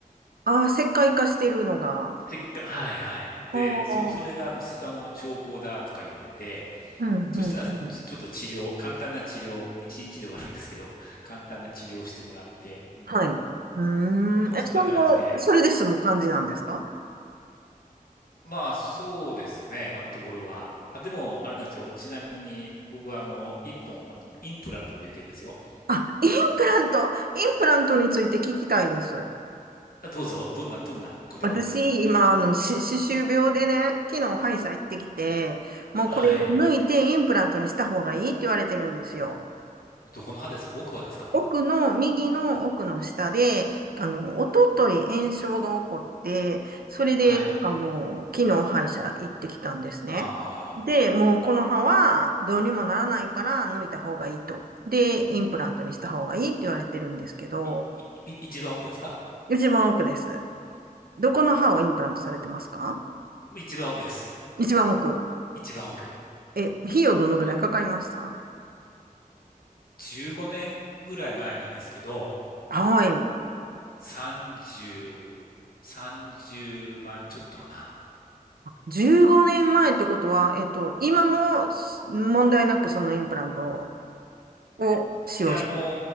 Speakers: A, on the right (about 85°); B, on the left (about 80°).
A: ああ、石灰化してるのが。
B: せっか、はいはい。で、
A: ああ、
B: そ、それが虫歯の兆候だとか言われて、
A: うん、うん、うん。
B: そしたら、ちょちょっと治療、簡単な治療、一日で終わるんですけど、簡単な治療をしてもらって、うん。
A: はい。うーん。
B: そ、
A: え、
B: そんな感じで。
A: そんな、それですむ感じなんですか
B: まあ、そうですね、今のところは。あ、でも、あれなんですよ。ちなみに、僕は、あの、一本、あの、インプラントも入れてるんですよ。
A: あ、インプラントインプラントについて聞きたいです。
B: あ、どうぞ、どんな、どんなことですか
A: 私、
B: <laughs>
A: 今、あの、し歯周病でね、昨日歯医者行ってきて、もうこれを抜いてインプラントにした方がいいって言われてるんですよ。
B: はい。どこの歯ですか奥歯ですか
A: 奥の、右の奥の下で、あの、おととい炎症が起こって、それで、
B: はい。
A: あの、昨日歯医者行ってきたんですね。
B: ああ、
A: で、もうこの歯はどうにもならないから抜いた方がいいと。で、インプラントにした方がいいって言われてるんですけど、
B: い、い、い一番奥ですか
A: 一番奥です。どこの歯をインプラントされてますか
B: 一番奥です。
A: 一番奥。
B: 一番奥。
A: え、費用どのぐらいかかりました
B: 15年ぐらい前なんですけど、
A: はい。
B: 30、30万ちょっとかな。
A: 15年前ってことは、えっと、今も問題なくそのインプラントを使用してる。
B: いや、あの